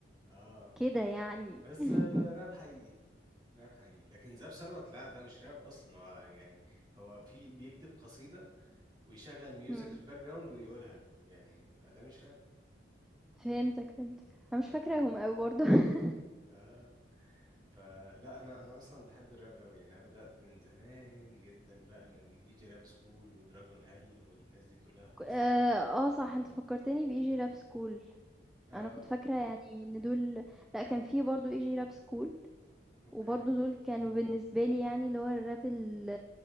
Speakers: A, on the right (about 20°); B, in the centre.
A: اه
B: وكده يعني
A: بس
B: <laughs>
A: آه، راب حقيقي راب حقيقي لكن زاب ثروت لا ده مش راب اصلا هو يعني هو في بيكتب قصيدة ويشغل ميوزك
B: مم.
A: في الباك جراوند ويقولها يعني فده مش راب
B: فهمتك فهمتك انا مش
A: ده
B: فاكراهم قوي برضه <laughs>
A: اه فلا انا انا اصلا بحب الراب قوي يعني انا بدأت من زمان جدا بقى من ايجي راب سكول ودراجون هال والناس دي كلها في
B: ك-
A: مصر
B: اه آه، صح انت فكرتني بيجي راب سكول
A: اه
B: أنا كنت فاكرة يعني إن دول لأ كان في برضه EG rap school
A: اوكي
B: وبرضه دول كانوا بالنسبة لي يعني اللي هو الراب ال